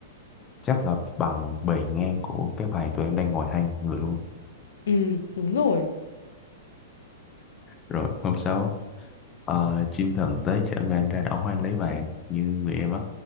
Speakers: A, on the left; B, on the left.
A: chắc là bằng bề ngang của cái bàn tụi em đang ngồi hai người luôn
B: Ừ, đúng rồi.
A: rồi hôm sau ờ, chim thần tới chở người anh ra đảo hoang lấy vàng như người em á